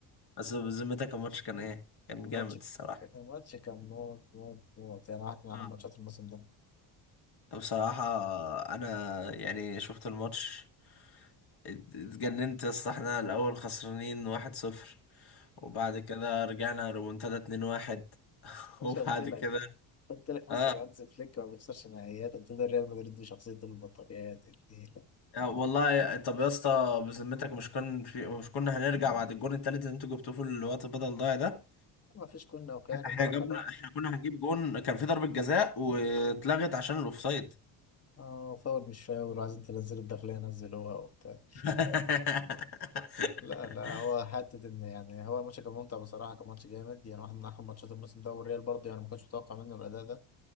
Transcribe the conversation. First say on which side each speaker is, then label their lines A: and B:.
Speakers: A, on the left; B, on the left.
A: بس بذمتك الماتش كان ايه كان
B: الماتش
A: جامد الصراحه
B: الماتش كان موت موت موت يعني واحد من أهم
A: نعم.
B: ماتشات الموسم ده
A: بصراحه انا يعني شفت الماتش ات- اتجننت يا اسطى احنا الاول خسرانين 1-0 وبعد كده رجعنا ريمونتادا 2-1 <laughs>
B: يا باشا
A: وبعد
B: قلت لك
A: كده
B: قلت لك مستر
A: اه
B: هانز فليك ما بيخسرش نهائيات قلت له ريال مدريد دي شخصية البطاريات النيلة
A: يا والله طب يا اسطى بذمتك مش كان في مش كنا هنرجع بعد الجون التالت اللي انتوا جبتوه في الوقت بدل ضايع ده
B: ما فيش كنا وكانوا
A: احنا
B: بقى
A: جبنا
B: خلاص
A: احنا كنا هنجيب جون كان في ضربة جزاء واتلغت عشان الاوفسايد
B: اه فاول مش فاول وعايزين تنزلوا الداخلية نزلوها وبتاع
A: <laughs>
B: لا لا هو حتة إن يعني هو الماتش كان ممتع بصراحة كان ماتش جامد يعني واحد من أحلى ماتشات الموسم ده والريال برضه يعني ما كنتش متوقع منه الأداء ده